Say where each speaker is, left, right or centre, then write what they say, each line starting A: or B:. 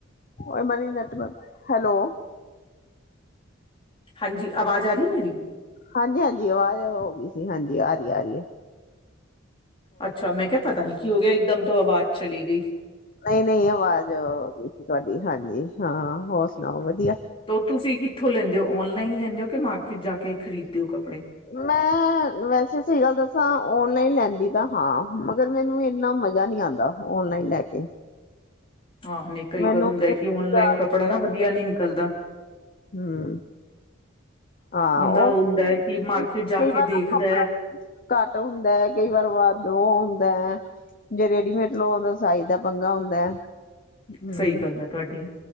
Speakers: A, on the left (about 40°); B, on the left (about 25°).
A: ਓ ਮਨੀ ਨੈਟਵਕ ਹੈਲੋ
B: ਹਾਂਜੀ ਆਵਾਜ਼ ਆ ਰਹੀ ਹੈ ਮੇਰੀ
A: ਹਾਂਜੀ ਹਾਂਜੀ ਆਵਾਜ਼ ਹੋ ਗਈ ਸੀ ਹਾਂਜੀ ਆ ਰਹੀ ਆ ਰਹੀਏ
B: ਅੱਛਾ ਮੈਂ ਕਿਹਾ ਪਤਾ ਨੀ ਕੀ ਹੋ ਗਿਆ ਇੱਕ ਦਮ ਤੋਂ ਆਵਾਜ਼ ਚਲੀ ਗਈ
A: ਨਹੀਂ ਨਹੀਂ ਆਵਾਜ਼ ਗਈ ਸੀ ਤੁਹਾਡੀ ਹਾਂਜੀ ਹਾਂ ਹੋਰ ਸੁਣਾਓ ਵਧੀਆ
B: ਤੋਂ ਤੁਸੀਂ ਇੱਥੋਂ ਲੈਂਦੇ ਹੋ ਔਨਲਾਈਨ ਲੈਂਦੇ ਹੋ ਕਿ ਮਾਰਕੀਟ ਜਾ ਕੇ ਖਰੀਦ ਦੇ ਓ ਕੱਪੜੇ
A: ਮੈਂ ਵੈਸੇ ਸਹੀ ਗੱਲ ਦੱਸਾਂ ਓਨਲਾਈਨ ਲੈਂਦੀ ਤਾਂ ਹਾਂ ਮਗਰ ਮੈਨੂੰ ਇਨਾ ਮਜ਼ਾ ਨਹੀਂ ਆਉਂਦਾ ਓਨਲਾਈਨ ਲੈ ਕੇ
B: ਆਹੋ ਨਹੀਂ ਕਈ
A: ਮੈਨੂੰ
B: ਵਾਰ ਹੁੰਦਾ ਕਿ ਔਨਲਾਈਨ
A: ਬਾਜ਼ਾਰ
B: ਕੱਪੜਾ
A: ਵਿੱਚ
B: ਨਾ ਵਧੀਆ
A: ਲੈ ਕੇ
B: ਨੀ ਨਿਕਲਦਾ
A: ਹਮ ਹਾਂ
B: ਬੰਦਾ
A: ਉਹ
B: ਹੁੰਦਾ ਹੈ ਕਿ ਮਾਰਕੀਟ
A: ਕਈ
B: ਜਾ ਕੇ
A: ਵਾਰ
B: ਦੇਖਦਾ
A: ਕੱਪੜਾ
B: ਹੈ
A: ਘੱਟ ਹੁੰਦਾ ਕਈ ਵਾਰ ਵੱਧ ਉਹ ਹੁੰਦਾ ਹੈ ਜੇ ਰੇਡੀਮੇਡ ਲੋ ਹੁੰਦਾ ਏ ਸਾਈਜ਼ ਦਾ ਪੰਗਾ ਹੁੰਦਾ ਹਮ
B: ਸਹੀ ਗੱਲ ਹੈ ਤੁਹਾਡੀ